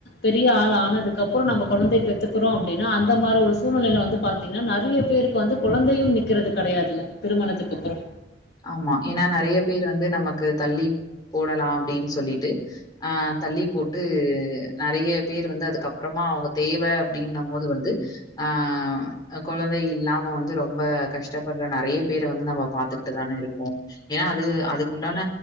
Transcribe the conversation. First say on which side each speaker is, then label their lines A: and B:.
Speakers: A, on the left; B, on the left.
A: பெரிய ஆள் ஆனதுக்கப்பறோ நம்ப கொழந்தையப் பெத்துக்குறோ அப்டினா அந்த மாரி ஒரு சூழ்நிலைல வந்துப் பாத் தீங்னா நெறையப் பேருக்கு வந்து குழந்தையும் நிக்கிறது கெடையாதுல திருமணத்துக்கப்பறோ
B: ஆமா எனா நெறையப் பேர் வந்து நமக்கு தள்ளிப் போடலா அப்டின் சொல்லிட்டு ஆ தள்ளி போட்டு நெறைய பேர் வந்து அதுக்கப்பறமா அவங்க தேவை அப்படின்ன போது வந்து ஆ கொழந்தை இல்லாம வந்து ரொம்ப கஷ்டப்படுற நிறைய பேர வந்து நம்ப பாத்து ட்டுதானே இருக்கோ ஏன்னா அது அதுக்குண்டான